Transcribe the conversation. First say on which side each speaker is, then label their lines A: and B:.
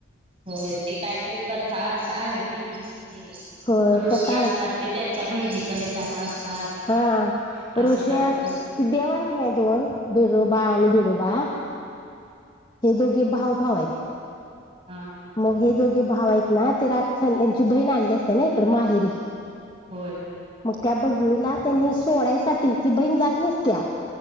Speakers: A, on the right; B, on the left.
A: होय ते काहीतरी कथा अस आहे म्हण ते
B: होय
A: ऋषी
B: कथा आहे
A: असतात ते त्यांच्या बहिणीकडे जात असतात,
B: हा
A: असं
B: ऋषा
A: काहीतरी
B: देवात हायेत नाही दोन बिडोबा आणि बिडोबा ते दोघे भाव भाव आहेत
A: हं हं हं
B: मग हे दोघे भाव आहेत ना ते रात त्यांची बहीण आलेली असते ना इकड माहेरी
A: होय!
B: मग त्या बहिणीला त्यांनी सोडायसाठी ती बहीण जात नसत्या